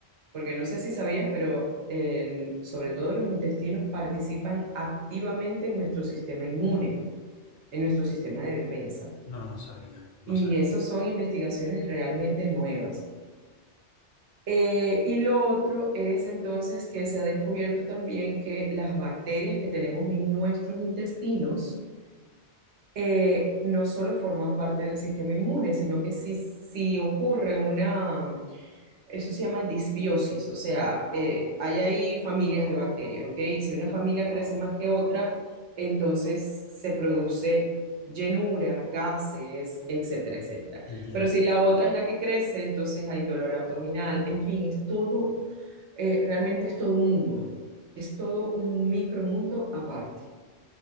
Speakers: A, on the right; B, on the left.
A: porque no sé si sabías, pero el- sobre todo los intestinos participan activamente en nuestro sistema inmune, en nuestro sistema de defensa.
B: no, no sabía, no
A: Y
B: sabía.
A: esas son investigaciones realmente nuevas. Eh, y lo otro es entonces que se ha descubierto también que las bacterias que tenemos en nuestros intestinos eh, no solo forman parte del sistema inmune, sino que si, si ocurre una, mm, eso se llama disbiosis, o sea, eh, hay ahí familias de bacterias, ¿ok? Y si una familia crece más que otra, entonces se produce llenura, gases, etcétera, etcétera.
B: Entiendo.
A: Pero si la otra es la que crece, entonces hay dolor abdominal, en fin, es todo eh, realmente es todo un mundo, es todo un micromundo aparte.